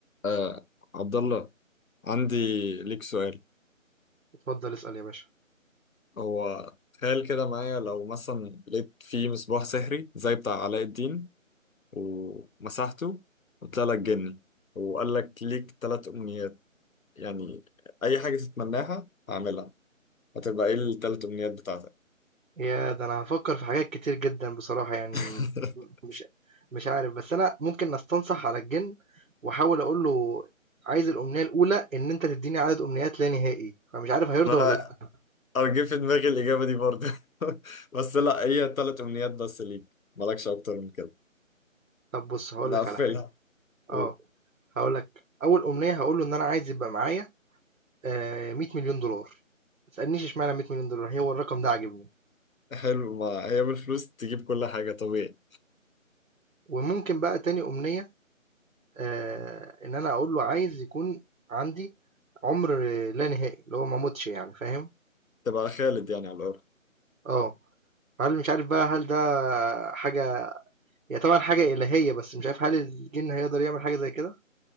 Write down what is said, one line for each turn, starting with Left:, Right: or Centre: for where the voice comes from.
Left: آه عبد الله عندي ليك سؤال
Right: اتفضل اسأل يا باشا
Left: هو تخيل كده معايا لو مثلا لقيت فيه مصباح سحري زي بتاع علاء الدين ومسحته وطلع لك جني وقال لك ليك ثلاث أمنيات يعني أي حاجة تتمناها هعملها هتبقى إيه الثلاث أمنيات بتاعتك؟
Right: يا ده انا هفكر في حاجات كتير جدا بصراحة يعني
Left: <laughs>
Right: م- مش مش عارف بس انا ممكن استنصح على الجن واحاول اقول له عايز الامنية الاولى ان انت تديني عدد امنيات لا نهائي فمش عارف هيرضى
Left: ما
Right: ولا لا
Left: أرجع في دماغي الإجابة دي برضه <laughs> بس لا هي ثلاث أمنيات بس ليك مالكش أكتر من كده
Right: طب بص هقول
Left: نقفلها
Right: لك على حاجة
Left: قول
Right: اه هقول لك اول امنية هقول له ان انا عايز يبقى معايا آه 100 مليون دولار ما تسألنيش اشمعنى 100 مليون دولار هو الرقم ده عاجبني
Left: حلو ما هي بالفلوس تجيب كل حاجة طبيعي
Right: وممكن بقى تاني امنية آه، ان انا اقول له عايز يكون عندي عمر لا نهائي اللي هو ما اموتش يعني فاهم
Left: تبقى خالد يعني على الأرض
Right: اه هل مش عارف بقى هل ده حاجة هي طبعا حاجة إلهية بس مش عارف هل الجن هيقدر يعمل حاجة زي كده